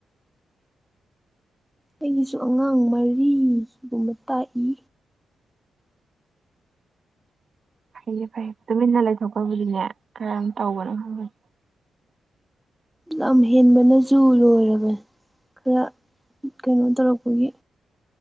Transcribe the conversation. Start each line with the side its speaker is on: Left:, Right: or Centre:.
Centre: ꯑꯩꯒꯤꯁꯨ ꯑꯉꯥꯡ ꯃꯔꯤꯒꯨꯝꯕ ꯇꯥꯛꯏ
Right: ꯐꯩꯌꯦ ꯐꯩꯌꯦ ꯇꯨꯃꯤꯟꯅ ꯂꯩꯊꯣꯛꯗꯕꯤꯗꯅꯦ ꯀꯔꯝ ꯇꯧꯕꯅꯣ ꯈꯪꯕꯅꯤ
Centre: ꯂꯝ ꯍꯦꯟꯕꯅꯁꯨ ꯂꯣꯏꯔꯕ ꯈꯔ ꯀꯩꯅꯣ ꯇꯧꯔꯛꯄꯒꯤ